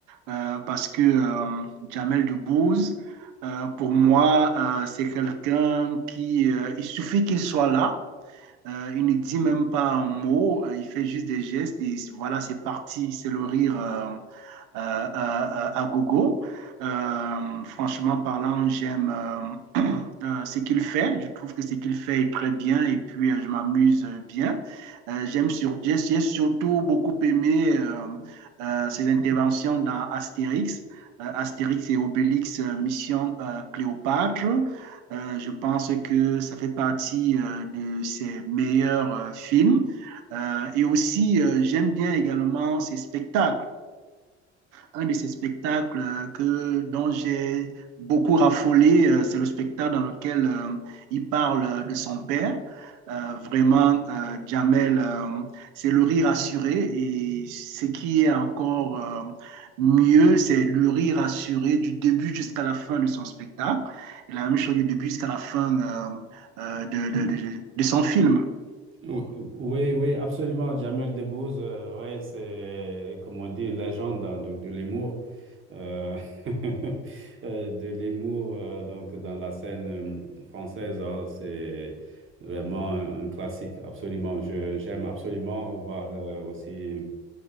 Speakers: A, on the right; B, on the right.
A: Euh, parce que euh, Jamel Debbouze, euh, pour moi, euh, c'est quelqu'un qui, euh, il suffit qu'il soit là. euh, il ne dit même pas un mot, euh, il fait juste des gestes et voilà, c'est parti, c'est le rire. euh, euh, à à gogo. Euh, franchement parlant, j'aime euh, euh, ce qu'il fait. Je trouve que ce qu'il fait est très bien et puis euh, je m'amuse bien. Euh, j'aime sur, j'ai, j'ai surtout beaucoup aimé euh, euh, ses interventions dans Astérix. euh, Astérix et Obélix, euh, Mission euh, Cléopâtre. Euh, je pense que ça fait partie euh, de ses meilleurs euh, films. Euh, et aussi, euh, j'aime bien également ses spectacles. Un de ces spectacles euh, que, dont j'ai beaucoup raffolé, euh, c'est le spectacle dans lequel euh, il parle euh, de son père. Euh, vraiment, euh, Jamel, euh, c'est le rire assuré. Et ce qui est encore euh, mieux, c'est le rire assuré du début jusqu'à la fin de son spectacle. Et la même chose du début jusqu'à la fin euh, euh, de, de, de, de son film.
B: Ou- Oui, oui, absolument. Jamel Debbouze, euh, ouais, c'est, comme on dit, une légende hein, donc de l'humour, euh, <laughs> euh, de l'humour euh, donc dans la scène euh, française. hein. c'est vraiment un, un classique, absolument. Je, j'aime absolument voir euh, aussi